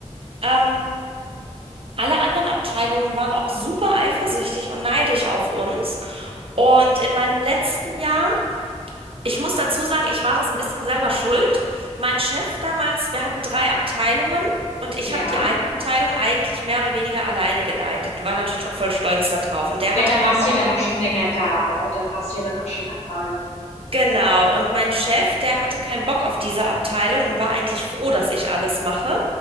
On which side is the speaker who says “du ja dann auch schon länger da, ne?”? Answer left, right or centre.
Left